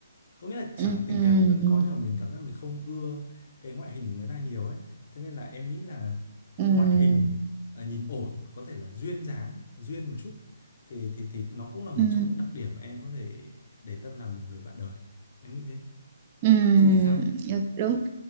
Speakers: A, on the left (about 50°); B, on the right (about 30°).
A: có nghĩa là chẳng
B: Ừ,
A: hạn tình
B: ừ,
A: cảm thì vẫn có nhưng mà mình cảm giác mình không ưa cái ngoại hình của người ta nhiều ấy thế nên là em nghĩ là
B: ừ,
A: ngoại hình ờ, nhìn ổn có thể là duyên dáng duyên một chút thì thì thì nó cũng là một
B: ừ,
A: trong những đặc điểm mà em có thể để tâm làm người bạn đời em nghĩ thế
B: ừ,
A: chị sao
B: được, đúng.